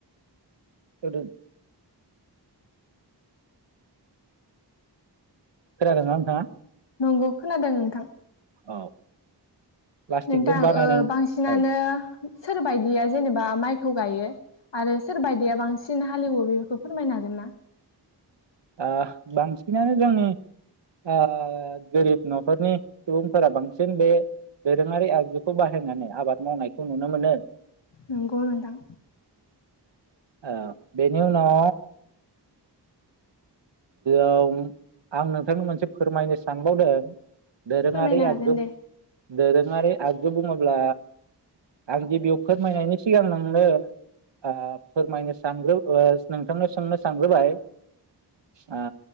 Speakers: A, on the right; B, on the left.
A: <inaudible> खोनादों ना नोंथाङा?
B: नंगौ खोनादों नोंथां।
A: औ। प्लास्टिकजों
B: नोंथां
A: बानायनाय
B: ओ बांसिनानो
A: औ
B: सोरबायदिया जेनेबा माइखौ गायो आरो सोरबादिया बांसिन हालेवो बेफोरखौ फोरमायनो हागोन ना?
A: ओ बांसिनानो जोंनि ओ गोरिब न'खरनि सुबुंफोरा बांसिन बे दोरोङारि आगजुखौ बाहायनानै आबाद मावनायखौ नुनो मोनो।
B: नंगौ नोंथां।
A: आ बेनि उनाव औ आं नोंथांनो मोनसे फोरमायनो सानबावदों। दोरोङारि
B: फोरमायनो हागोन
A: आगजु
B: दे
A: दोरोङारि आगजु बुङोब्ला आं गिबियाव फोरमायनायनि सिगां नोंनो ओ फोरमायनो सानग्रो नोंथांनो सोंनो सानग्रोबाय अ।